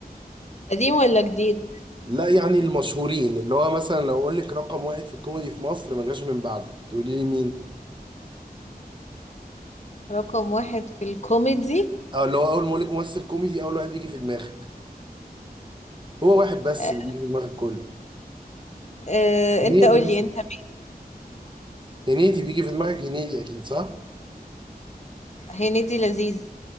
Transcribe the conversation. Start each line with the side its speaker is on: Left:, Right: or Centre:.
Left: قديم ولا جديد
Right: لا يعني المشهورين اللي هو مثلا لو اقول لك رقم واحد في الكوميدي في مصر ما جاش من بعده تقولي لي مين
Left: رقم واحد في الكوميدي
Right: اه اللي هو اول ما اقول لك ممثل كوميدي اول واحد بيجي في دماغك هو واحد بس
Left: آه
Right: اللي بيجي في دماغك كله
Left: آه،
Right: هنيدي
Left: انت قولي
Right: مثلا
Left: انت مين؟
Right: هنيدي بيجي في دماغك هنيدي اكيد صح
Left: هنيدي لذيذ